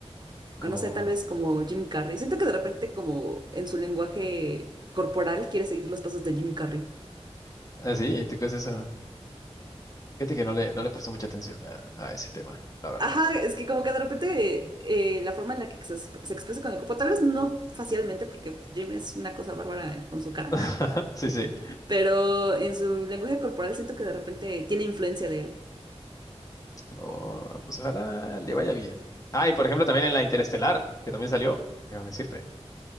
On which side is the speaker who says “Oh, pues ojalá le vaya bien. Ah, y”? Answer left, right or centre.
Left